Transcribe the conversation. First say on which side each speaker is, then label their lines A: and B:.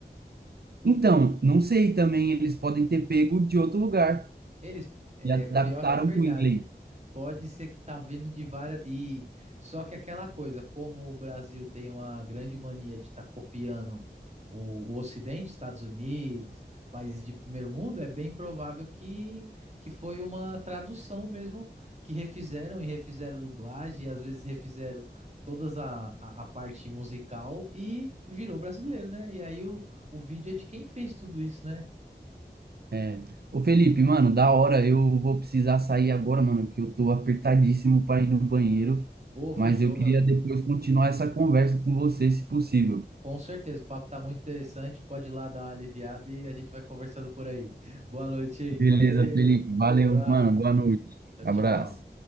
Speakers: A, on the right; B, on the right.
A: Então, não sei também, eles podem ter pego de outro lugar
B: Eles, é,
A: e adaptaram
B: pior que é verdade.
A: para o inglês.
B: Pode ser que tá vindo de várias e só que aquela coisa, como o Brasil tem uma grande mania de estar copiando o, o Ocidente, Estados Unidos, países de primeiro mundo, é bem provável que que foi uma tradução mesmo que refizeram e refizeram dublagem, e às vezes refizeram todas a, a, a parte musical e virou brasileiro, né? E aí o, o vídeo é de quem fez tudo isso, né?
A: É. Ô Felipe, mano, da hora, eu vou precisar sair agora, mano, que eu tô apertadíssimo para ir no banheiro,
B: Ô, fechou,
A: mas eu queria
B: meu amigo.
A: depois continuar essa conversa com você, se possível.
B: Com certeza, o papo tá muito interessante. Pode ir lá dar uma aliviada e a gente vai conversando por aí. Boa noite, hein?
A: Beleza,
B: Valeu.
A: Felipe, valeu,
B: Um abraço.
A: mano, boa noite,
B: Tchau,
A: abraço.
B: tchau.